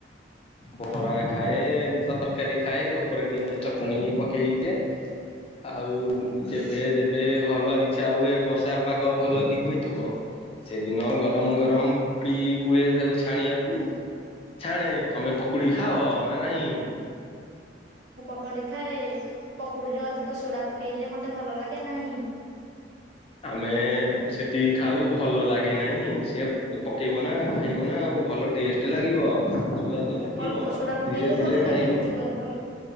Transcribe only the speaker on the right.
ଆଜ୍ଞା
ଆଜ୍ଞା।
ଆରେ
କ କଡି ଖାଏ ପକୁଡିରେ ଅଧିକ ସୋଡା ପକେଇଲେ ମତେ ଭଲ ଲାଗେ ନାହିଁ।
ଅଳ୍ପ ସୋଡା ପକେଇଲେ
ଭଲ ଲାଗି
ଅଛୁ ଭଲ